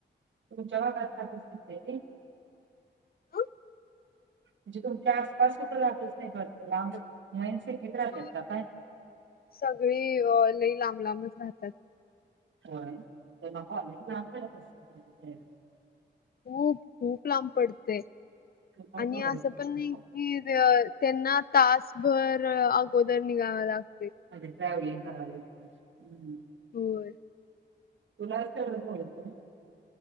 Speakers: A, on the right; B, on the left.
A: तु जवाबार अपसते
B: हं?
A: म्हणजे तुमच्या आसपास कुठं लातच नाही करत लांब मैनसे किचरा
B: होय
A: करतात
B: होय
A: काय
B: सगळी लई लांब लांबच राहतात
A: क तर ऑलेज ला पडत अस
B: खूप खूप लांब पडते
A: तुला
B: आणि
A: जवळ
B: असं
A: फक्त
B: पण कि त्यांना तासभर अगोदर निघाव लागते
A: अ ट्रॅव्हलिंग करावं लाग हम्म
B: होर
A: तुलाच्याळ बोलत